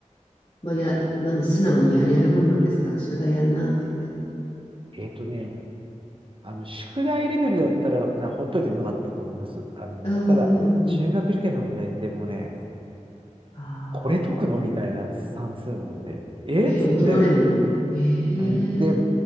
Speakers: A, on the left; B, on the right.
A: まあ、や、なんで素直にや、やるもんなんですか宿題やんなって言って。
B: えっとね、あの、宿題レベルだったら、な、ほっといてもよかったと思います。あの、
A: ああ、うん
B: ただ、中学受験の問題ってもうね、
A: ああ、
B: これ解くのみたいな算数なんて、えっつって、
A: えー大人でも。ええ
B: うん、で、